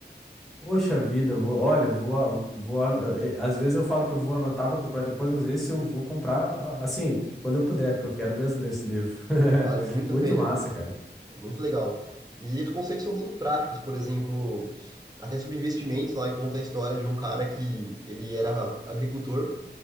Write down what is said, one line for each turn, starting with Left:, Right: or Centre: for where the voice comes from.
Centre: Poxa vida, vou, olha, vou, a- vou, ano- eu- eh, às vezes eu falo que eu vou anotar para comprar depois, mas esse eu vou comprar a- assim, quando eu puder, porque eu quero mesmo ler esse livro. <laughs>
Right: Vale muito
Centre: Muito
Right: a pena.
Centre: massa, cara.
Right: É muito legal. E os conselhos são todos práticos, por exemplo, até sobre investimentos, lá e conta a história de um cara que ele era agricultor